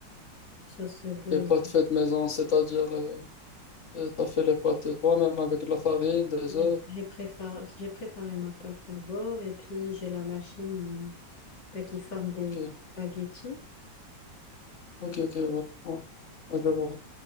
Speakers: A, on the left; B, on the left.
A: sauce bolognaise.
B: Les pâtes faites maison, c'est-à-dire euh, euh, t'as fait les pâtes toi-même avec de la farine, des
A: C'est-à-dire
B: œufs.
A: que J'ai préparé, j'ai préparé ma pâte d'abord et puis j'ai la machine euh, bah, qui forme des
B: Ok,
A: spaghettis.
B: ok, ok, ouais, ouais. Ouais, je vois.